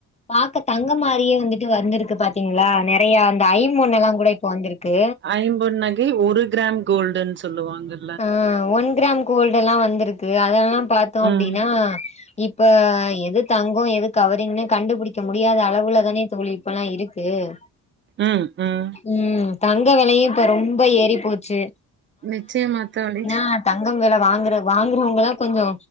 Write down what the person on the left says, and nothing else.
பாக்க தங்கம் மாரியே வந்துட்டு வந்திருக்கு பாத்தீங்களா நெறையா ந்த ஐம் பொன்னெல்லா கூட இப்ப வந்திருக்கு
ஆ ஒன் கிராம் கோல்டு எல்லா வந்திருக்கு அதெல்லா பாத்தோ அப்டின்னா
இப்ப எது தங்கோ எது கவரிங்ன்னு கண்டுபிடிக்க முடியாத அளவுல தானே தோழி இப்பல்லா இருக்கு ஆ
ம் தங்க வெலையு இப்ப ரொம்ப ஏறிப் போச்சு
ஆ தங்கம் வெல வாங்குற வாங்குறவங்கல்லா கொஞ்சோ